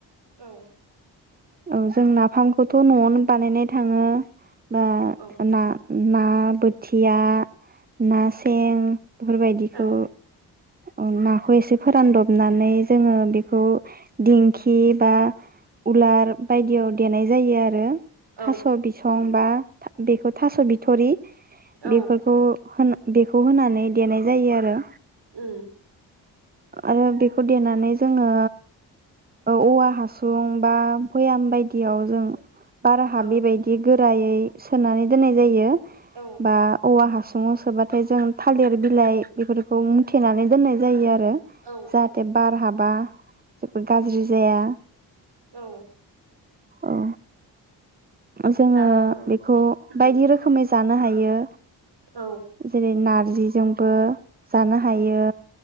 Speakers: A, on the right; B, on the right.
A: औ
B: औ जों नाफामखौथ नआवनो बानायनाय थाङो बा
A: औ
B: ना ना बोथिया ना सें बेफोरबायदिखौ।
A: औ
B: ओं नाखौ एसे फोरानदबनानै जोङो बेखौ दिंखि बा उलार बायदियाव देनाय जायो आरो।
A: औ
B: थास' बिसं बा बेखौ थास बिथ थरि
A: औ
B: बेफोरखौ। होन बेखौ होनानै देनाय जायो आरो
A: अम
B: आरो बेखौ देनानै जोंङो औवा हासुं बा भैयाम बायदियाव जों बाराहा
A: औ
B: बेबायदि गो रायै सोनानै दोननाय जायो
A: औ
B: बा औवा ह सुङाव सोब्लाथाय जों थालिर बिलाय बेफोरखौ मुथेनानै दोननाय जायो आरो। ओ
A: औ
B: जाहाथे
A: औ
B: बार हाबा गाज्रि जाया
A: औ
B: औ जोङो
A: दा
B: बेखौ
A: उम
B: बायदि रोखोमै जानो हायो।
A: औ
B: जेरै नार नारजिजोंबो जानो हायो